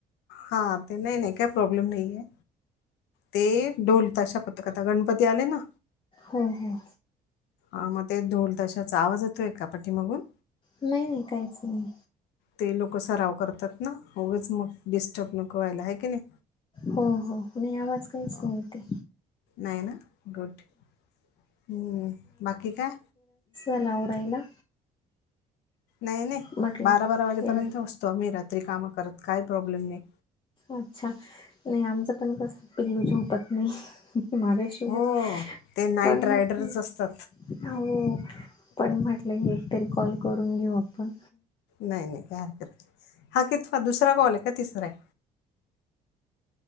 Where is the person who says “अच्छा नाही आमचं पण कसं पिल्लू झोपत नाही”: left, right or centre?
Left